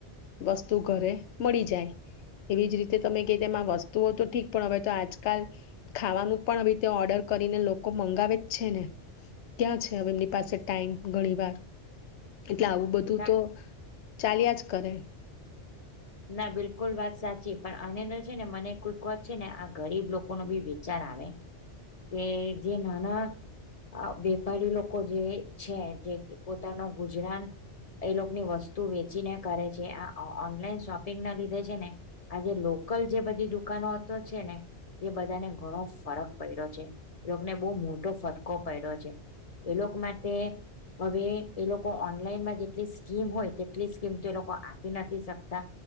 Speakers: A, on the left (about 80°); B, on the left (about 35°).
A: વસ્તુ ઘરે મળી જાય એવી જ રીતે તમે કે તેમાં વસ્તુઓ તો ઠીક પણ હવે તો આજકાલ ખાવાનું પણ <inaudible> ઓર્ડર કરીને લોકો મંગાવે જ છે ને. ક્યાં છે હવે એમની પાસે ટાઈમ ઘણી વાર. એટલે આવું બધું
B: ના
A: તો ચાલીયાજ કરે.
B: ના બિલકુલ વાત સાચી પણ આની અંદર છે ને મને કોઈક વાત છે ને આ ગરીબ લોકો નો બી વિચાર આવે કે જે નાના અ વેપારી લોકો જે છે જે પોતાનું ગુજરાન એ લોકોની વસ્તુ વેચીને કરે છે. આ આ ઓનલાઈન શોપિંગ ના લીધે છે ને આજે લોકલ જે બધી દુકાનો હતો છે ને એ બધાને ઘણો ફરક પડ્યો છે. એ લોકોને બહુ મોટો ફટકો પડ્યો છે. એ લોકો માટે હવે એ લોકો ઓનલાઈનમાં જેટલી સ્કીમ હોય તેટલી સ્કીમ તો એ લોકો આપી નથી શકતા.